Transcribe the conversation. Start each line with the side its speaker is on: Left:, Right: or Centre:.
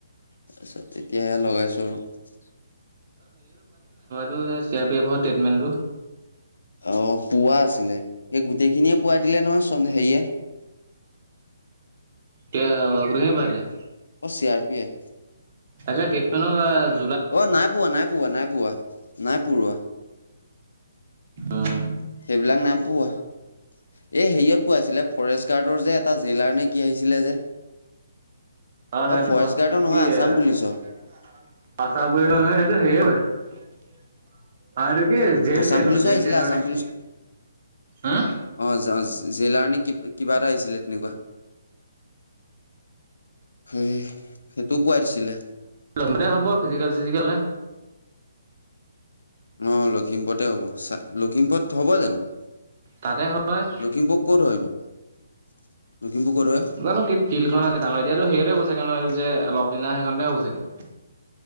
Left: তাৰপিছত তেতিয়া এয়া লগাইছোঁ আৰু।
Right: তোৰ যে চি আৰ পি এফৰ ট্ৰিটমেণ্টটো।
Left: অ', পুৱা আছিলে, সেই গোটেইখিনিয়ে পোৱাই দিলে নহয় চন হেৰিয়ে।
Right: কে গোটেইখিনি ভৰাই দিলে।
Left: অ', চি আৰ পি এফ।
Right: আচ্ছা ট্ৰিটমেনৰ কাৰনে।
Left: অ', নাই পোৱা, নাই পোৱা, নাই পোৱা, নাই পঢ়োৱা।
Right: অ'।
Left: সিবিলাক নাইপোৱা এ হেৰীয়ত পোৱা আছিলে ফৰেষ্ট। কাৰ্টৰ যে এটা জেইলাৰ নে কি আহিছিলে যে।
Right: অ', সেইটো
Left: ফৰেষ্ট
Right: অ',
Left: গাৰ্ডৰ
Right: সেইটো
Left: নহয়
Right: কি
Left: আছাম
Right: এ
Left: পুলিচৰ।
Right: <inaudible> আচাৰ <unintelligible> সেইটো হেৰিয়াৰ হয়, অ', এইটো কি জেল-তেলৰ
Left: আছাম পুলিচো
Right: জেল-তেলৰ
Left: আহিছিলে আছাম
Right: নে কি
Left: পুলিচ
Right: হ।
Left: অ', জেলাৰ নে কি কিবা এটা আহিছিলে তেনেকুৱা। সেই সেইটো পোৱাই দিছিলে।
Right: <unintelligible> হব ফিজিকেল চিজিকেলে।
Left: অ', লখিমপুৰতে হ'ব চাগ লখিমপুৰত হ'ব জানো?
Right: তাতে হয়।
Left: লখিমপুৰ ক'ত হয়নো <inaudible> ক'ত হয়?
Right: জানো, কি ফিল্ডখন আছে ডাঙৰ এতিয়াতো হেৰিয়তে হ'ব চাগে ন' এইটো। যে লফ'লীনা সেইখনতে হ'ব চাগে।